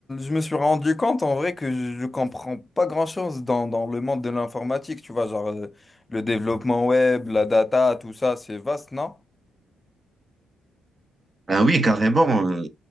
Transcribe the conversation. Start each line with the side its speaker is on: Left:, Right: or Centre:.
Left: me suis rendu compte en vrai que je je comprends pas grand-chose dans, dans le monde de l'informatique, tu vois, genre euh, le développement web, la data, tout ça, c'est vaste, non?
Right: Ah oui, carrément, euh,